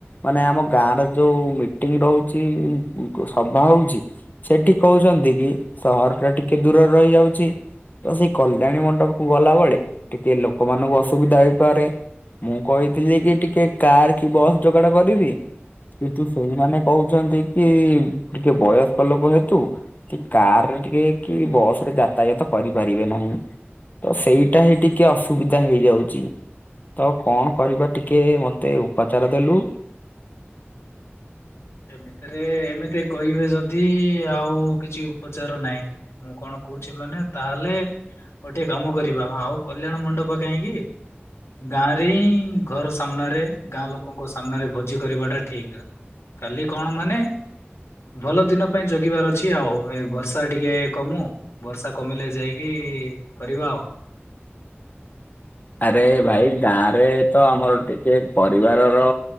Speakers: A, on the left (about 40°); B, on the left (about 80°).
A: ମାନେ ଆମ ଗାଁ ର ଯୋଉ ମିଟିଂ ରହୁଛି ସଭା ହଉଛି ସେଠି କହୁଛନ୍ତି କି ସହର ଟା ଟିକେ ଦୂରରେ ରହିଯାଉଛି। ତ ସେଇ କଲ୍ୟାଣୀ ମଣ୍ଡପ କୁ ଗଲା ବଳେ ଟିକେ ଲୋକମାନଙ୍କୁ ଅସୁବିଧା ହେଇପାରେ। ମୁଁ କହିଥିଲି କି ଟିକେ କାର କି ବସ୍ ଯୋଗାଡ କରିବି। କିନ୍ତୁ ସେଇମାନେ କହୁଛନ୍ତି କି ଟିକେ ବୟସ୍କ ଲୋକ ହେତୁ କାରରେ ଟିକେ କି ବୟସରେ ଜାତ ୟତ କରିପାରିବେ ନାଇଁ ତ ସେଇଟା ହିଁ ଟିକେ ଅସୁବିଧା ହେଇଯାଉଛି ତ କଣ କରିବା ଟିକେ ଟିକେ ମୋତେ ଉପଚାର ଦେଲୁ।
B: ଏମିତିରେ ଏମିତି କହିବେ ଯଦି ଆଉ କିଛି ଉପଚାର ନାହିଁ। ମୁଁ କଣ କହୁଛି ମାନେ ତାହେଲେ ଗୋଟେ କାମ କରିବା ଆଉ କଲ୍ୟାଣ ମଣ୍ଡପ କାହିଁକି? ଗାଁରେ ହିଁ ଘର ସାମ୍ନାରେ ଗାଁ ଲୋକଙ୍କ ସାମ୍ନାରେ ଭୋଜି କରିବାଟା ଠିକ? ଖାଲି କଣ ମାନେ? ଭଲ ଦିନ ପାଇଁ ଜଗିବାର ଅଛି ଆଉ ଏ ବର୍ଷା ଟିକେ କମୁ। ବର୍ଷା କମିଲେ ଯାଇକି କରିବା ଆଉ।
A: ଆରେ ଭାଇ ଗାଁରେ ତ ଆମର ଟିକେ ପରିବାରର।